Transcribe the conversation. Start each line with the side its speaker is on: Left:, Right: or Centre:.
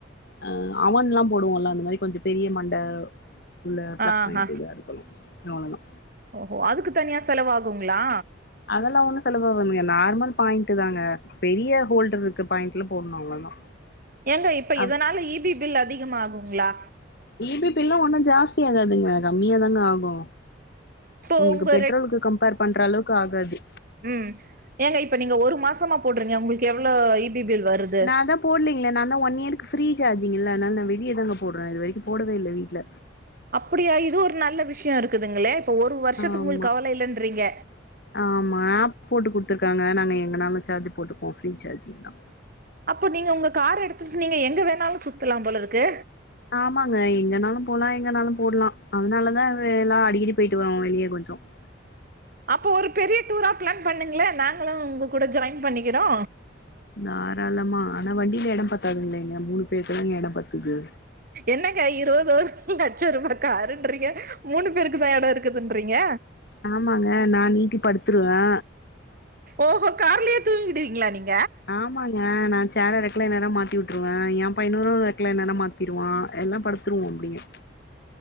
Left: ஆ அவன்ல்லா போடுவோல அ அந்த மாரி கொஞ்ச பெரிய மண்ட உள்ள ப்ளக்
Right: ஆஹா
Left: பாயிண்ட் இதா இருக்கணு அவ்ளோதா
Right: ஓஹோ அதுக் தனியா செலவாகுங்களா
Left: அதெல்லா ஒண்ணு செலவாதுங்க நார்மல் பாயிண்ட் தாங்க பெரிய ஹோல்டர் இருக்கு பாயிண்ட்ல போடணு அவ்ளோதா
Right: ஏங்க இப்ப
Left: அப்
Right: இதனால இ பி பில் அதிகம் ஆகுங்களா
Left: இ பி பில்லா ஒண்ணு ஜாஸ்தி ஆகாதுங்க கம்மியாதாங்க ஆகு
Right: இப்போ
Left: உங்ளுக்கு
Right: உங்க
Left: பெட்ரோலுக்கு கம்பேர் பண்ற அளவுக்கு ஆகாது
Right: உம் ஏங்க இப்ப நீங்க ஒரு மாசமா போடுறீங்க உங்ளுக்கு எவ்ளோ இ பி பில் வருது
Left: நா தா போடலைங்களே நா தா ஒன் இயர்க்கு ஃப்ரீ சார்ஜிங் இல்ல அதனால நா வெளிய தாங்க போடுறே இது வரை போவே இல்ல வீட்ல
Right: அப்படியா இது ஒரு நல்ல விஷயம் இருக்குதுங்களே இப்ப ஒரு வருஷத்துக்கு
Left: ஆமா
Right: உங்ளுக்கு கவலை இல்லன்றீங்க
Left: ஆமா ஆப் போட்டு குடுத்துருக்காங்க நாங்க எங்கனாலு சார்ஜ் போட்டுப்போ ஃப்ரீ சார்ஜிங் தா
Right: அப்போ நீங்க உங்க கார் எடுத்ட்டு நீங்க எங்க வேணாலு சுத்தலா போலருக்கு
Left: ஆமாங்க எங்கனாலு போலா எங்கனாலு போடலா அதனாலதான்ல்லா அடிக்கடி போயிட்டு வரோ வெளிய கொஞ்சோ <inaudible>
Right: அப்போ ஒரு பெரிய டூரா பிளான் பண்ணுங்களே நாங்களு உங்க கூட ஜாயின் பண்ணிக்கிறோ
Left: தாராளமா ஆனா வண்டில இடம் பத்தாதுங்களேங்க மூணு பேருக்கு தாங்க இடம் பத்துது
Right: என்னங்க இருபது லட்சருபா காருன்றீங்க மூணு பேருக்கு தா இடோ இருக்குதுன்றீங்க
Left: ஆமாங்க நா நீட்டி படுத்துருவே
Right: ஓஹோ கார்லயே தூங்கிடுவீங்களா நீங்க
Left: ஆமாங் ஏ நா சேர ரெக்லைனரா மாத்தி வுட்டுருவே ஏ பையனு ரெக்லைனரா மாத்திடுவா எல்லா படு த்ருவோ முடியு